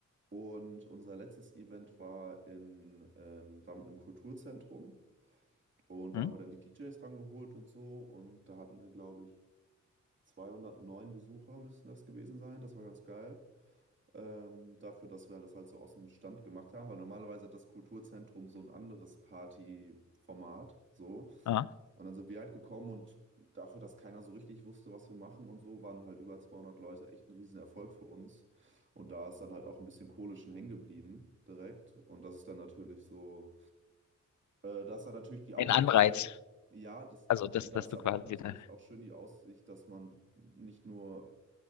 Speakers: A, on the right; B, on the left.
A: Und unser letztes Event war in, ähm, war mit einem Kulturzentrum und
B: Hm?
A: da haben wir dann die DJs rangeholt und so und da hatten wir, glaube ich, 209 Besucher müssten das gewesen sein. Das war ganz geil. Ähm, dafür, dass wir das halt so aus dem Stand gemacht haben, weil normalerweise hat das Kulturzentrum so ein anderes Partyformat, so.
B: Ah.
A: Und dann sind wir halt gekommen und dafür, dass keiner so richtig wusste, was wir machen und so, waren halt über 200 Leute echt ein Riesenerfolg für uns. Und da ist dann halt auch ein bisschen Kohle schon hängen geblieben direkt. Und das ist dann natürlich so. Äh, das war natürlich die Aussicht,
B: Ein Anreiz.
A: dass wenn, ja, das
B: Also,
A: zum
B: dass,
A: einen das,
B: dass du
A: aber
B: quasi
A: halt natürlich
B: da.
A: auch schön die Aussicht, dass man nicht nur,